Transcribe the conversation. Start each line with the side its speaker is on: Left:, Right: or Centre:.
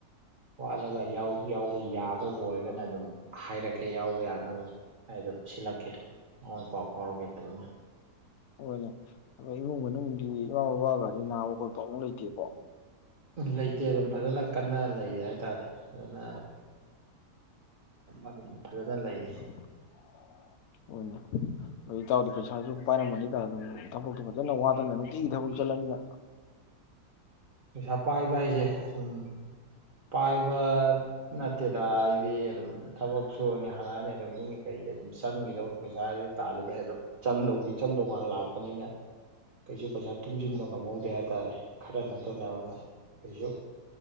Right: ꯋꯥꯠꯂꯒ ꯌꯥꯎ ꯌꯥꯎꯕ ꯌꯥꯗꯧꯕ ꯑꯣꯏꯔꯒꯅ ꯑꯗꯨꯝ ꯍꯥꯏꯔꯛꯀꯦ ꯌꯥꯎꯕ ꯌꯥꯅꯕ ꯑꯩ ꯑꯗꯨꯝ ꯁꯤꯜꯂꯛꯀꯦ ꯃꯥꯉꯣꯟꯗꯥ ꯄꯥꯎ ꯐꯥꯎꯔꯛꯀꯦ ꯐꯖꯅ
Left: ꯍꯣꯏꯅꯦ ꯏꯃꯨꯡ ꯃꯅꯨꯡꯗꯤ ꯏꯃꯥ ꯕꯥꯕꯥꯒꯗꯤ ꯅꯥꯕ ꯈꯣꯠꯄ ꯑꯝꯕꯣꯛ ꯂꯩꯇꯦꯀꯣ
Right: ꯂꯩꯇꯦ ꯑꯗꯨꯝ ꯐꯖꯅ ꯀꯟꯅ ꯂꯩꯔꯤ ꯍꯥꯏꯇꯥꯔꯦ ꯐꯖꯅ ꯑꯗꯨꯝ ꯐꯖꯅ ꯂꯩꯔꯤ
Left: <unintelligible> ꯏꯇꯥꯎꯗꯤ ꯄꯩꯁꯥꯁꯨ ꯄꯥꯏꯔꯝꯃꯅꯤꯗ ꯑꯗꯨꯝ ꯊꯕꯛꯇꯣ ꯐꯖꯅ ꯋꯥꯠꯇꯅ ꯅꯨꯡꯇꯤꯒꯤ ꯊꯕꯛ ꯆꯠꯂꯕꯅꯤꯅ
Right: ꯄꯩꯁꯥ ꯄꯥꯏꯕ ꯍꯥꯏꯁꯦ ꯑꯗꯨꯝ ꯄꯥꯏꯕ ꯅꯠꯇꯦꯗ ꯑꯩꯗꯤ ꯑꯗꯨꯝ ꯊꯕꯛ ꯁꯨꯔꯅꯤ ꯍꯜꯂꯛꯑꯅꯤ ꯑꯗꯨꯝ ꯌꯨꯝꯒꯤ ꯀꯩꯒꯤ ꯑꯗꯨꯝ ꯆꯪꯒꯤꯗꯧꯅꯦ ꯄꯩꯁꯥꯖꯤꯗꯤ ꯇꯥꯜꯂꯤꯒꯩ ꯑꯗꯨꯝ ꯆꯪꯗꯧꯒꯤ ꯆꯪꯗꯧ ꯉꯥꯛ ꯂꯥꯛ ꯄꯅꯤꯅ ꯀꯩꯁꯨ ꯄꯩꯁꯥ ꯇꯨꯡꯖꯤꯟꯕ ꯉꯝꯍꯧꯗꯦ ꯍꯥꯏꯇꯥꯔꯦ <unintelligible> <unintelligible> ꯀꯩꯁꯨ